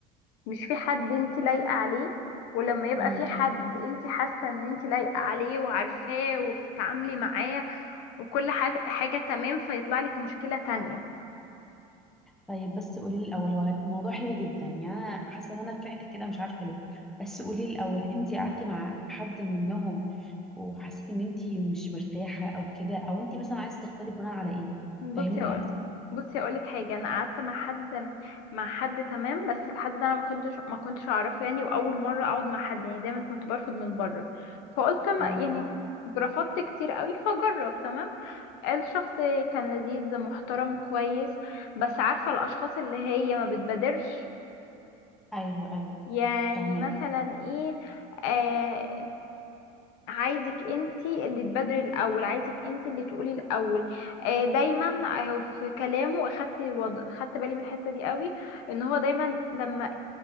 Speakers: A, on the left; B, in the centre.
A: مش في حد انتي لايقة عليه ولما يبقى
B: امم
A: في حد انتي حاسة ان انتي لايقة عليه وعارفاه وبتتعاملي معاه وكل حاجة حاجة تمام فيطلع لك مشكلة تانية
B: طيب بس قولي لي الاول وغد- موضوع حلو جدا يعني انا حاسه ان انا فرحت كده مش عارفه ليه بس قولي لي الاول انت قعدتي مع حد منهم وحسيتي ان انت مش مرتاحه او كده او انت مثلا عايزه تختاري بناء على ايه
A: بصي
B: فهميني
A: أقول
B: اكتر
A: بصي اقول لك حاجه انا قعدت مع حد مع حد تمام بس الحد ده انا ما كنتش ما كنتش اعرفه يعني واول مره اقعد مع حد يعني دايما كنت برفض من بره فقلت ما
B: امم
A: يعني رفضت كتير قوي فجرب تمام الشخص كان لذيذ محترم كويس بس عارفه الاشخاص اللي هي ما بتبادرش
B: ايوه ايوه
A: يعني
B: فاهمك
A: مثلا ايه آه عايزك انتي اللي تبادري الاول عايزك انتي اللي تقولي الاول آه دايما آه، في كلامه خدت وض... خدت بالي من الحتة دي قوي ان هو دايما لما